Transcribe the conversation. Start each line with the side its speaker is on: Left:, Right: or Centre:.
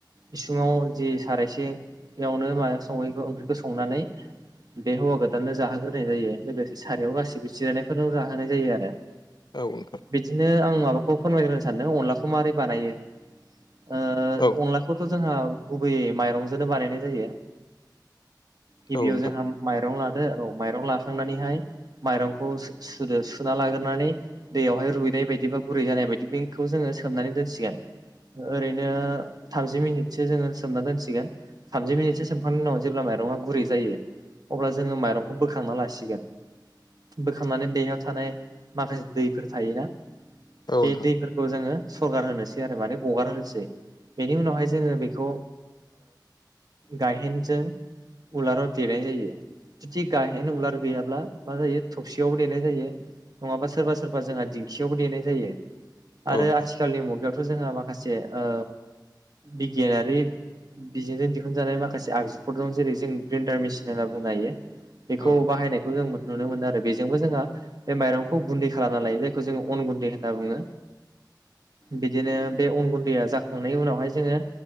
Right: इसुङाव जिं सारायसेयावनो मा सङैखौ ओंख्रिखौ संनानै बे हौवा गोदाननो जाहोग्रोनाय जायो लोगोसे सारियाव गासैबो जिरायनायफोरनो जाहोनाय जायो आरो
Left: औ नोंथां
Right: बिदिनो आं माबाखौ फोरमायग्रोनो सानदों अनलाखौ माबारै बानायो ओ
Left: औ
Right: अनलाखौथ' जोंहा गुबैयै माइरंजोंनो बानायनाय जायो गिबियाव
Left: औ नोंथां
Right: जोंहा माइरं लाना ओ औ माइरं लाखांनानैहाय माइरंखौ सु सुदो सुना लागोरनानै दैयावहाय रुनाय बायदि बा गुरै जानाय बायदि बेखौ जो सोमनानै दोनसिगोन ओरैनो थामजि मिनिटसो जोङो सोमना दोनसिगोन थामजि मिनिटसो सोमखांनायनि उनाव जेब्ला माइ रंआ गुरै जायो अब्ला जोङो माइरंखौ बोखांना लासिगोन बोखांनानै बेहयाव थानाय माखासे दैफोर थायोना
Left: औ
Right: बे
Left: नोंथां
Right: दैफोरखौ जोङो सरगार होनोसै आरो माने गगार होनोसै बेनि उनावहाय जोङो बेखौ गायहेनजों उलाराव देनाय जायो जुदि गाहेन उलार गैयाब्ला मा जायो थबसियावबो देनाय जायो नङाबा सोरबा सोरबा जोंहा दिंखियावबो देनाय जायो आरो
Left: औ नोंथां
Right: आथिखालनि मुगायावथ' जोंहा माखासे ओ बिगियानारि बिजोंजों दिहुनजानाय माखासे आगजुफोर दं जेरै जों ग्रेन्डार मेसिन होनना बुंनो हायो बेखौ
Left: औ
Right: बाहायनायखौ जों नुनो मोनो आरो बेजोंबो जोंहा बे माइरंखौ गुन्दै खालामना लायो जा खौ जोङो अन गुन्दै होनना बुङो बिदिनो बे अन गुन्दैया जाखांनायनि उनावहाय जोङो